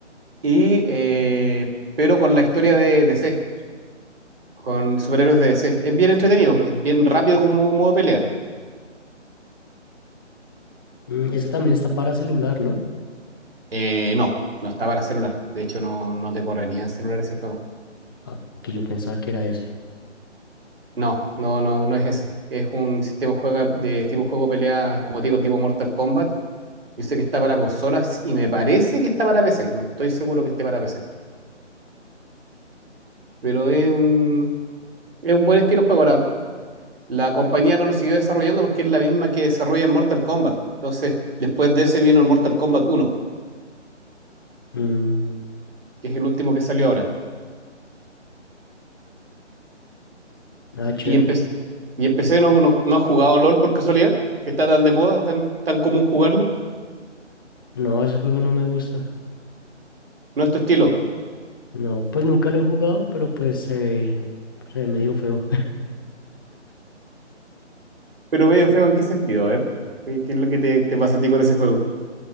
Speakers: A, on the right (about 50°); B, on the left (about 20°).
A: y, eh, pero con la historia de DC. con superhéroes de DC. Es bien entretenido, es bien rápido como modo de pelea.
B: Mm, ese también está para celular, ¿no?
A: Eh, no, no está para celular. De hecho, no, no te correría en celular ese juego.
B: Ah, que yo pensaba que era ese.
A: No, no, no, no es ese. Es un sistema de, juega- de tipo juego pelea, como te digo, tipo Mortal Kombat. Yo sé que está para consolas y me parece que está para PC. No estoy seguro que esté para PC. Pero es un, es un buen estilo de juego. Ahora, la compañía no lo siguió desarrollando porque es la misma que desarrolla el Mortal Kombat. Entonces, después de ese vino el Mortal Kombat uno,
B: Mm,
A: que es el último que salió ahora.
B: ah, chévere.
A: Y, empe- y empecé, no, no, no has jugado LOL por casualidad, que está tan de moda, tan, tan común jugarlo.
B: No, ese juego no me gusta.
A: No es tu estilo,
B: No, pues nunca lo he jugado, pero pues se ve, se ve medio feo. <laughs>
A: pero medio feo, ¿en qué sentido? A ver, ¿qué, qué es lo que te, te pasa a ti con ese juego?